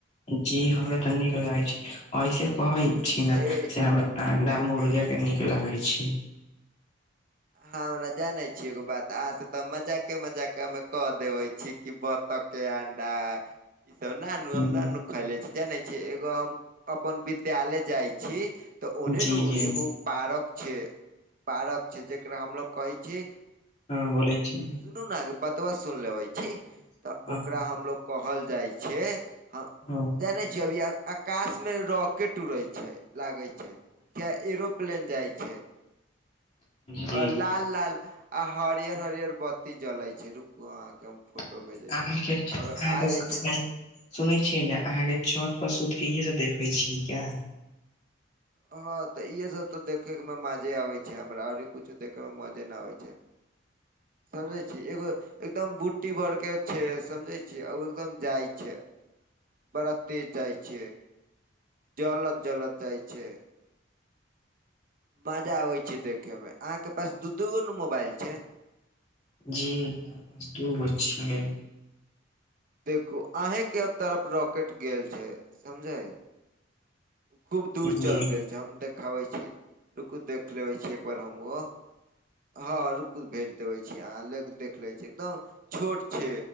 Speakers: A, on the left; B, on the right.
A: जी हमरा तऽ नीक लागै छै ऐसे कहै छी ने
B: ए,
A: से हमरा अंडा मुर्गा
B: ए
A: के नीक लागे छै।
B: अहाँ हमरा जानै छी एगो बात अहाँ से तऽ मजाके मजाके मे कह देबै छी कि ब तक के अंडा ई सब नानु
A: हुं
B: नानू हम खैले छी जाने छी एगो हम अपन विद्यालय जाय छी तऽ ओने
A: जी
B: ने
A: जी
B: एगो पारक छै पारक छै जेकरा हमलोग कहे छी
A: हँ बोलै छी।
B: सुनू ने बतबा सुन लेबै छी तऽ
A: हां
B: ओकरा हमलोग कहल जाइ छै ह
A: हँ।
B: जाने छिय अभी आ आकाश मे रॉकेट टूरे छै लागे छै क एरोप्लेन जाइ छै।
A: जी
B: लाल लाल आ हरियर हरियर बत्ती जले छै रुकु अहाँके
A: <unintelligible>
B: फोटो भेजै छी अगर आ जाइ छै
A: सुनै छियै ने अहाँ के छत पर सूत के इे सब देखे छियै किया।
B: हँ तऽ इहे सब तऽ देखे में मजे आबे छै हमरा आओर कुछो देखे में मजे न आबे छै। समझे छी एगो एकदम बुटी बर के छै समझे छी ओ एकदम जाइ छै। बड़ा तेज जाइ छै जलद -जलद जाइ छै। मजा आबे छै देखे में अहाँ के पास दू दूगो ने मोबाइल छै।
A: जी दुगो छीये।
B: देखू अहें के तरफ रॉकेट गेल छै समझे। खूब दूर
A: जी।
B: चलि गेल छै हम देखाबै छी रुकु देख लेबै छी एकबार हम ओ। हँ रुकु भेज देबै छी अहाँ ल देख लै छी एकदम छोट छै।